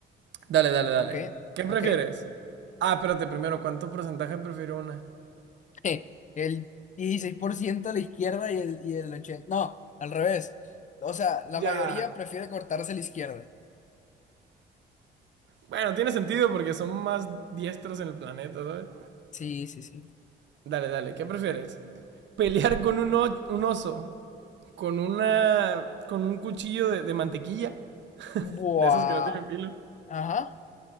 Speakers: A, on the right; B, on the left.
A: Dale, dale, dale.
B: Ok,
A: ¿Qué prefieres?
B: ok.
A: Ah, espérate, primero, ¿cuánto porcentaje prefirió una?
B: <laughs> El 16% a la izquierda y el, y el 80... No, al revés. O sea, la
A: Ya,
B: mayoría prefiere cortarse la izquierda.
A: Bueno, tiene sentido porque son más diestros en el planeta, ¿sabes?
B: Sí, sí, sí.
A: Dale, dale, ¿qué prefieres? ¿Pelear con un, un oso? ¿Con una... con un cuchillo de, de mantequilla?
B: Buah.
A: De esos que no tienen filo.
B: Ajá.